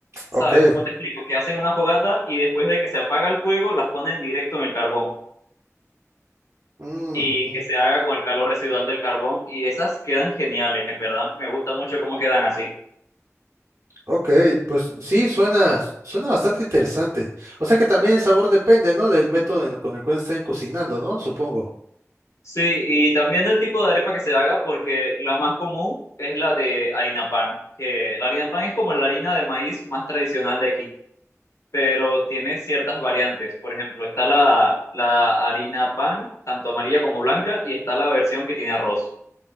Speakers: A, on the left (about 70°); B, on the right (about 50°).
A: ¿sabes?
B: Ok.
A: ¿Cómo te explico? Que hacen una fogata y después de que se apaga el fuego, las ponen directo en el carbón
B: Mm,
A: y
B: ujú.
A: que se haga con el calor residual del carbón. Y esas quedan geniales, en verdad. Me gusta mucho cómo quedan así.
B: ok, pues sí, suena, suena bastante interesante. O sea que también el sabor depende, ¿no? Del método en- con el cual estén cocinando, ¿no? Supongo.
A: Sí, y también del tipo de arepa que se haga, porque la más común es la de harina pan, que la harina pan es como la harina de maíz más tradicional de aquí. pero tiene ciertas variantes. Por ejemplo, está la, la harina pan, tanto amarilla como blanca, y está la versión que tiene arroz,